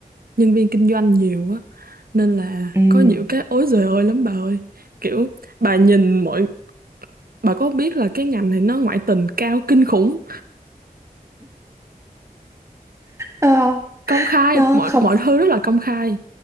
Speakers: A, on the right (about 70°); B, on the right (about 20°).
A: nhân viên kinh doanh nhiều á nên là
B: ừm,
A: có nhiều cái ối giời ơi lắm bà ơi kiểu bà nhìn mọi bà có biết là cái ngành này nó ngoại tình cao kinh khủng
B: nó
A: công khai
B: nó
A: mọi
B: không
A: mọi thứ rất là công khai